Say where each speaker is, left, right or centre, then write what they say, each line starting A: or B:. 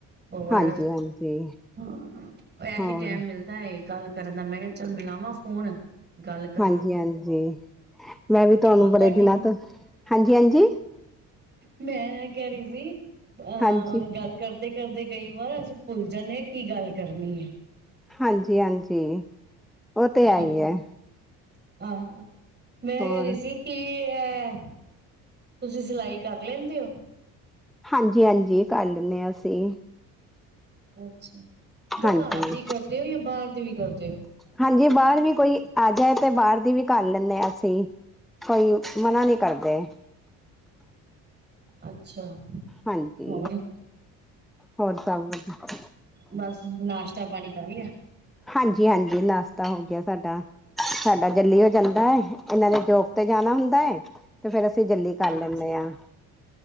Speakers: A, on the right; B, in the centre.
A: ਹੋਰ,
B: ਹਾਂਜੀ ਹਾਂਜੀ,
A: ਹਾਂ ਐਹੀ
B: ਹੋਰ
A: ਟੈਮ ਮਿਲਦਾ ਐ ਗੱਲ ਕਰਨ ਦਾ ਮੈਂ ਕੇਆ ਚੱਲ ਮਿਲਾਵਾਂ ਫੋਨ। ਗੱਲ ਕਰਾਂ
B: ਹਾਂਜੀ-ਹਾਂਜੀ, ਮੈਂ ਵੀ ਤੁਆਨੂੰ
A: ਹੋਰ
B: ਬੜੇ
A: ਤੁਹਾਡੀ
B: ਦਿਨਾਂ ਤੋਂ ਹਾਂਜੀ-ਹਾਂਜੀ
A: ਮੈਂ ਐ ਕੈ ਰੀ ਸੀ, ਅਹ
B: ਹਾਂਜੀ
A: ਗੱਲ ਕਰਦੇ ਕਰਦੇ ਕਈ ਵਾਰ ਅਸੀਂ ਭੁੱਲ ਜਾਂਨੇ ਕੀ ਗੱਲ ਕਰਨੀ ਐ।
B: ਹਾਂਜੀ-ਹਾਂਜੀ, ਓ ਤੇ ਹੈ
A: ਹਾਂਜੀ
B: ਈ ਐ।
A: ਹਾਂ, ਮੈਂ
B: ਹੋਰ
A: ਕੈ ਰੀ ਸੀ ਕਿ ਐ ਤੁਸੀ ਸਿਲਾਈ ਕਰ ਲੈਂਦੇ ਓ।
B: ਹਾਂਜੀ-ਹਾਂਜੀ ਕਰ ਲੈਂਨੇ ਅਸੀਂ।
A: ਅੱਛਾ ਤੇ
B: ਹਾਂਜੀ
A: ਘਰ ਦੇ ਈ ਕਰਦੇ ਓ ਯਾ ਬਾਰ ਦੀ ਵੀ ਕਰਦੇ ਓ?
B: ਹਾਂਜੀ ਬਾਰ ਵੀ ਕੋਈ ਆ ਜਾਏ ਤੇ ਬਾਰ ਦੀ ਵੀ ਕਰ ਲੈਂਨੇ ਅਸੀਂ। ਕੋਈ ਮਨਾ ਨੀ ਕਰਦੇ।
A: ਅੱਛਾ।
B: ਹਾਂਜੀ,
A: ਹੋਰ
B: ਹੋਰ ਸਭ ਵਧੀਆ।
A: ਬਸ ਨਾਸ਼ਤਾ ਪਾਨੀ ਕਰ ਲੇਆ?
B: ਹਾਂਜੀ-ਹਾਂਜੀ ਨਾਸ਼ਤਾ ਹੋ ਗਯਾ ਸਾਡਾ। ਸਾਡਾ ਜਲੀ ਹੋ ਜਾਂਦਾ ਐ, ਏਨਾਂ ਨੇ ਜੋਬ ਤੇ ਜਾਨਾ ਹੁੰਦਾ ਐ ਤੇ ਫੇਰ ਅਸੀਂ ਜਲੀ ਕਰ
A: ਅੱਛਾ
B: ਲੈਂਨੇ ਆ।